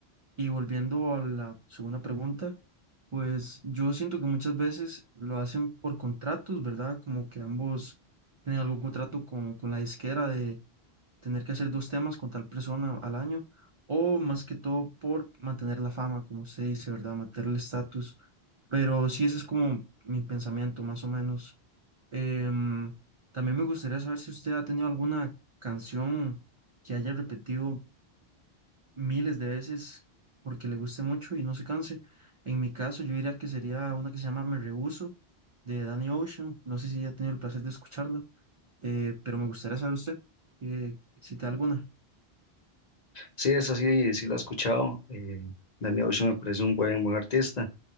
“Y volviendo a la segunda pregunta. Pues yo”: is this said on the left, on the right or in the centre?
Right